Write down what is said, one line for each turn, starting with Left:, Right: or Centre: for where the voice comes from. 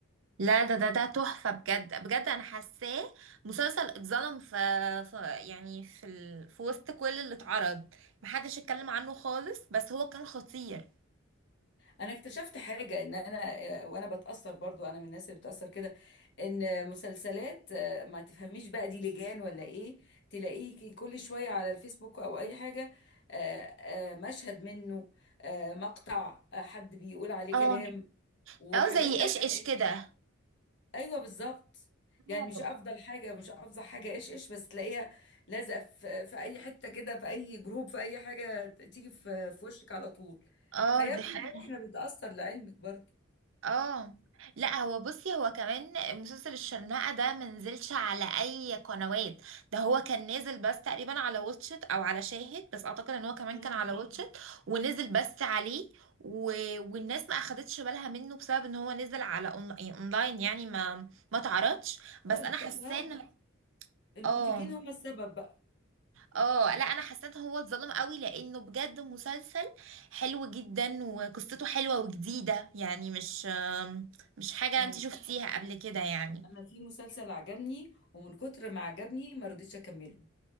Right: لا ده ده ده تحفة بجد بجد انا حاساه مسلسل اتظلم في, في يعني في ال... في وسط كل اللي اتعرض محدش اتكلم عنه خالص بس هو كان خطير
Left: انا اكتشفت حاجه ان انا آه، وانا بتاثر برضو انا من الناس اللي بتاثر كده ان مسلسلات آه، ما تفهميش بقى دي لجان ولا ايه تلاقيه كل شويه على الفيسبوك او اي حاجه آه، آه، مشهد منه آه، مقطع آه، حد بيقول عليه
Right: اه
Left: كلام وحاجات
Right: اه زي
Left: تانية
Right: ايش ايش كده
Left: ايوه بالظبط يعني
Right: اه
Left: مش آه. افضل حاجه مش افضل حاجه ايش ايش بس تلاقيها لازقه في في اي حته كده في اي جروب في اي حاجه ت- تيجي في في وشك على طول
Right: اه
Left: فيبدو
Right: دي حقيقة
Left: ان احنا بنتاثر لعلمك برضه
Right: اه لا هو بصي هو كمان مسلسل الشرنقة ده منزلش على اي قنوات ده هو كان نازل بس تقريبا على واتشت او على شاهد بس اعتقد ان هو كمان
Left: مم.
Right: كان على واتشت ونزل بس عليه و... والناس ما اخدتش بالها منه بسبب ان هو نزل على أون... يعني اونلاين يعني ما ما تعرضش بس
Left: آه،
Right: انا
Left: طب
Right: حاسه
Left: ما هم
Right: ان
Left: المنتجين
Right: اه
Left: هم السبب بقى
Right: اه لا انا حسيت هو اتظلم قوي لانه بجد مسلسل حلو جدا وقصته حلوه وجديده يعني مش مش حاجه
Left: انا
Right: انت شفتيها قبل كده يعني
Left: انا في مسلسل عجبني ومن كتر ما عجبني ما رضيتش اكمله